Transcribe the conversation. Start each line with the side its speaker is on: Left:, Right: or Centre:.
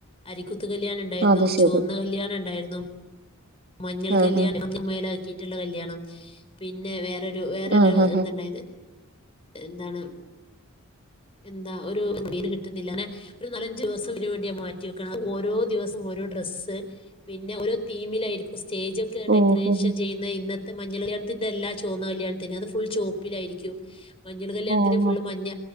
Left: അരികു ത്തത്ത് കല്യാണ ഉണ്ടായിരുന്നു
Right: അത് ശരി
Left: ചുവന്ന കല്യാണ ഉണ്ടായിരുന്നു ന മഞ്ഞൾ
Right: ആഹ്
Left: കല്യാണ മേല കിയിട്ടുള്ള കല്യാണം പിന്നെ വേറെ വേറൊരു
Right: ആഹ് ആഹ്
Left: എന്തിണ്ടായത് എന്താണ് എന്താ ഒരു മീന് കിട്ടുന്നില്ല അ ഒരു നാലഞ്ചു ദിവസംന് വേണ്ടിയ മാറ്റി വെക്കണം ഓരോ ദിവസം ഓരോ ഡ്രസ്സ് പിന്നെ ഓരോ തീമിലായിരിക്കും സ്റ്റേജ ഒക്കെ ഡെക്കറേഷൻ
Right: ഓഹോ
Left: ചെയ്യുന്ന ഇന്നത്തെ മ മഞ്ഞൾ കല്യാണത്തിന്റെ എല്ലാ ചുവന്ന കല്യാണത്തിന് അത് ഫുൾ ചുവപ്പിലായിരിക്കും മഞ്ഞൾ കല്യാണത്തി
Right: ഓഹോ
Left: ഫുള് മഞ്ഞ